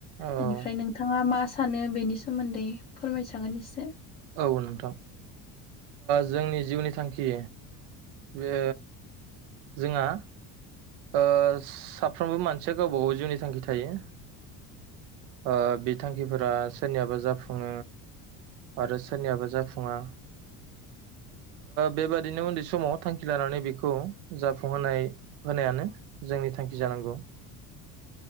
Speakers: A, on the right; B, on the left.
A: औ
B: बेनिफ्राय नोंथाङा मा- सानो बेनि सोमोन्दै फोरमायजागोन एसे
A: औ नोंथां जोंनि जिउनि थांखि बे जोंहा- ओ साफ्रोमबो मानसिया गावबा गाव जिउनि थांखि थायो। ओ बि थांखिफोरा सोरनियाबा जा ओम आरो सोरनियाबा जाफुङा बेबादिनो उन्दै समाव थांखि लानानै बेखौ जाफुंहोनाय- होनायानो जोंनि थांखि जानांगौ।